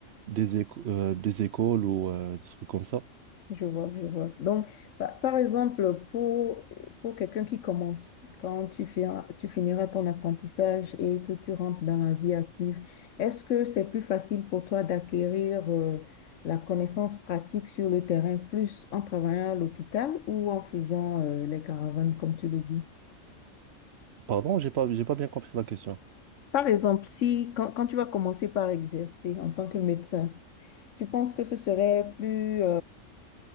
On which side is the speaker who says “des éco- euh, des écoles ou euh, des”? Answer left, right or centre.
Right